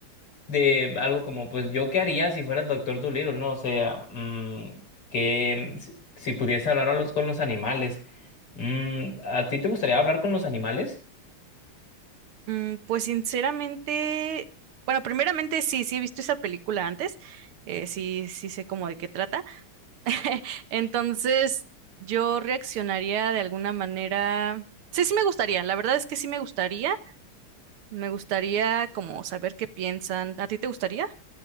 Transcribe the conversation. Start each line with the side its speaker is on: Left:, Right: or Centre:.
Left: de algo como, pues yo qué haría si fuera el doctor Dolittle, ¿no? O sea, mm, que mm, si si pudiese hablar a los- con los animales, Mm, ¿a ti te gustaría hablar con los animales?
Right: Mm, pues sinceramente, bueno, primeramente sí, sí he visto esa película antes, eh, sí, sí sé como de qué trata. <laughs> Entonces, yo reaccionaría de alguna manera. Sí, sí me gustaría, la verdad es que sí me gustaría. Me gustaría como saber qué piensan. ¿A ti te gustaría?